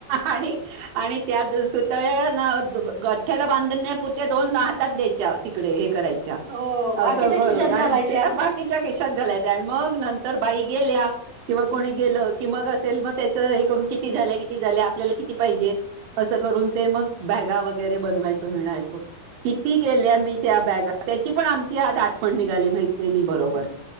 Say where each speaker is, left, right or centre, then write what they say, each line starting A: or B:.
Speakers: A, on the right; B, on the right.
A: आणि आणि त्या दोन सुतळ्या ना ग गठ्ठ्याला बांधण्या पुरते दोन हातात द्यायच्या तिकडे हे करायचे.
B: हो
A: अस
B: बाकीच्या
A: करुन
B: खिशात
A: आणि
B: घालायच्या.
A: बाकी त्या खिशात घालायच्या मग नंतर बाई गेल्या किंवा कोणी गेल की मगच. त्याला मग त्याच हे करून किती झाले किती झाले आपल्याला किती पाहिजे असं करून ते मग ब्यागावर वगैरे बनवायच म्हणायचो, किती केल्या मी त्या ब्यागा त्याची पण आम ती आज आठवण निघाली मैत्रिणी बरोबर.